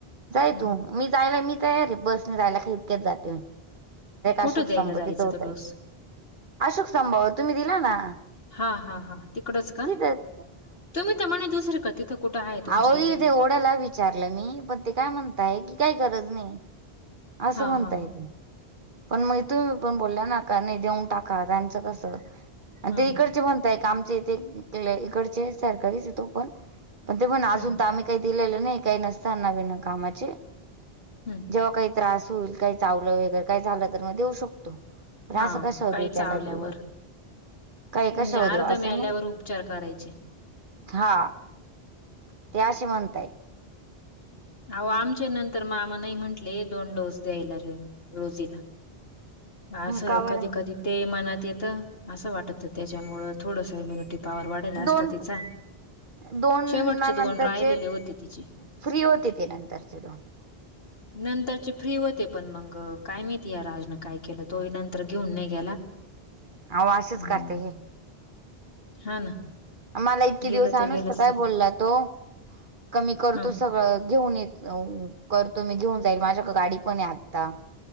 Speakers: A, on the right (about 55°); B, on the left (about 65°).
A: जाय
B: हम्म
A: तू मी जायला मी तयार आहे बसने जायला का इतक्यात जाते.
B: कुठं
A: अशोक
B: द्यायला
A: स्तंभ
B: जायचं
A: परत
B: तो डोस
A: करा अशोक स्तंभ तुम्ही दिला ना.
B: हा हा हा तिकडंचं का
A: तिथंच
B: तुम्ही त म्हणे दुसरे तिथं कुठं आहे तुमच्या
A: आव
B: इथं
A: मी ओढ्याला विचारलं मी पण ते काय म्हणताय की काय गरज नाही असं
B: हा
A: म्हणता
B: हा हा
A: येतं पण मग तुम्ही पण बोलला ना का नाही देऊन टाका त्यांचं कसं आणि
B: हम्म
A: ते इकडचे बणताय का आमचे इथे इकडचे सरकारीच तो पण पण ते पण अजून
B: हम्म
A: तर आम्ही काही दिलेलं नाही काही नसतनावीना कामाचे
B: हम्म
A: जेव्हा काही त्रास होईल काही चावलं वगैर काही झालं तर मग देऊ शकतो पण
B: हा
A: असं कशावर
B: काही
A: देऊ त्याला
B: चावल्यावर
A: बोललो काही
B: म्हणजे
A: कशावर
B: अर्ध
A: देऊ असं
B: मेल्यावर
A: नाही
B: उपचार करायचे
A: हा <inaudible>
B: <inaudible> असं
A: का बरं
B: कधी कधी ते मनात येतं असं वाटत त्याच्यामुळं थोडस इम्युनिटी पवर वाढेला असता
A: दोन
B: तिचा
A: दोन
B: शेवटचे
A: नंतरचे
B: दोन राहिलेले होते तिचे.
A: फ्री होती ते नंतरचे दोन
B: नंतरची फ्री होते पण मगं काय माहिती या राजनं काय केलं तो नंतर घेऊन नाही गेला
A: आव असेचं
B: हम्म
A: करते हे
B: हा. ना.
A: मला इतके
B: गेलं
A: दिवस अनोस
B: गेलंच
A: तर काय
B: ते
A: बोलला तो कमी करतो
B: ह
A: सगळं घेऊन येतं. जाऊन करतो मी घेऊन जाईल माझ्याकडे गाडी पण आहे आता